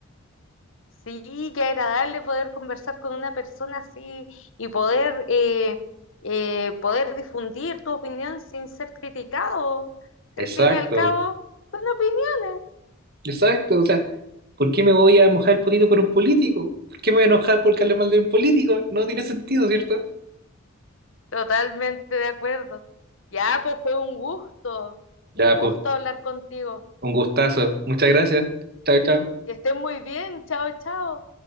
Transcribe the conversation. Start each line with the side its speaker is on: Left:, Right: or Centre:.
Left: Sí, qué agradable poder conversar con una persona así y poder, eh, eh, poder difundir tu opinión sin ser criticado. Si Al
Right: Exacto,
Left: fin y al cabo, son opiniones.
Right: exacto. O sea, ¿por qué me voy a mojar el potito por un político? ¿Por qué me voy a enojar por hablar mal de un político? No tiene sentido, ¿cierto?
Left: Totalmente de acuerdo. Ya, pues fue un gusto,
Right: Ya,
Left: un gusto
Right: pues,
Left: hablar contigo.
Right: un gustazo. Muchas gracias. Chao, chao.
Left: Que estén muy bien. Chao, chao.